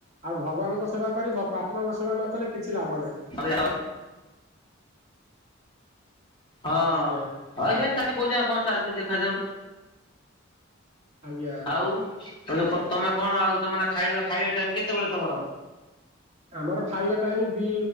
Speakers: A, on the right; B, on the left.
A: ଆଉ ଭଗବାନଙ୍କ ସେବା କରି ବାପା ମାଙ୍କ ସେବା ନ କଲେ କିଛି ଲାଭ ନାହିଁ।
B: ଆରେ ଆ, ହଁ। <unintelligible>
A: ଆଜ୍ଞା
B: କଣ ଚାଲିଚୁ ଦେଖାଯାଉ
A: ଆଜ୍ଞା।
B: ଆଉ। ଆଉ ତମେ କଣ ଆଉ ତମେ ଖାଇବା ଖାଇବା ଟାଇମ୍ କେତେବେଳେ ତମର?
A: ଆମର ଖାଇବା ଟାଇମ୍ ଦି